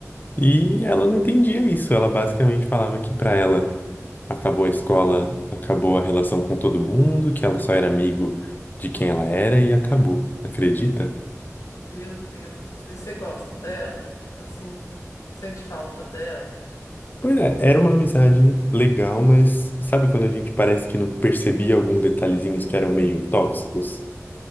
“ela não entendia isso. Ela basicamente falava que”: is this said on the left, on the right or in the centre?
Left